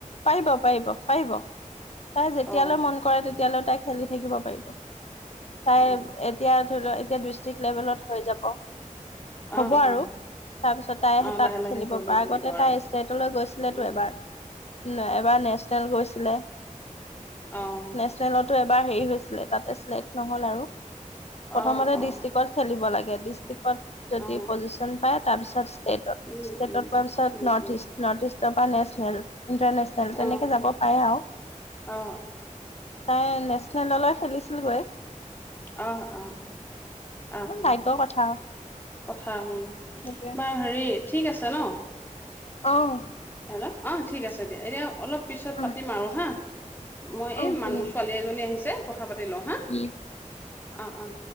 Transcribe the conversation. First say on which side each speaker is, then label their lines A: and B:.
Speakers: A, on the left; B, on the left.
A: পাৰিব পাৰিব পাৰিব। তাই যেতিয়ালৈ
B: অ
A: মন কৰে তেতিয়ালৈ তাই খেলি থাকিব তাই
B: অ
A: এতিয়া ধৰি ল এতিয়া ডিষ্ট্ৰিক লেভেলত হৈ যাব। হ'ব
B: অহ'
A: আৰু
B: অ'
A: তাৰপিছত তাই
B: অ
A: তাত
B: লাহে লাহে
A: খেলিব
B: হৈ গৈ
A: পাৰে,
B: থাকিব
A: আগতে
B: আৰু
A: তাই ষ্টেটলৈ গৈছিলেতো
B: উম
A: এবাৰ।
B: উম
A: নে এবাৰ নেছনেল গৈছিলে।
B: আহ
A: নেচনেলতো এবাৰ হেৰি হৈছিলে তাতে চেক্ নহল আৰু প্ৰথমতে
B: অ অ
A: ডিষ্ট্ৰিকত খেলিব লাগে। ডিচতিকট যদি
B: অ
A: পজিচন পায় তাৰ পিছত ষ্টেটত,
B: উম
A: ষ্টেটত
B: উম
A: পোৱাৰ পিছত
B: উম
A: নৰ্থ
B: উম
A: ইষ্ট নৰ্থ ইষ্টৰ পৰা নেচনেল। ইণ্টাৰনেচনেল
B: অ
A: তেনেকে যাব পাৰে আৰু।
B: অ অ
A: তাই নেচনেললৈ খেলিছিল গৈ।
B: আহ আহ আহ
A: ভাগ্যৰ
B: আহ
A: কথা আৰু
B: কথা উম,
A: সেইটোৱে
B: বা হেৰিত ঠিক আছে ন
A: অহ'
B: হেল্ল' অ', ঠিক আছে দিয়া এতিয়া অলপ পিছত
A: অ
B: পাতিম আৰু হা মই
A: অ
B: এই
A: হ'ব
B: মানুহ
A: দে
B: ছোৱালী এজনী আহিছে, কথা পাতি লওঁ হা
A: উম
B: অ' অ'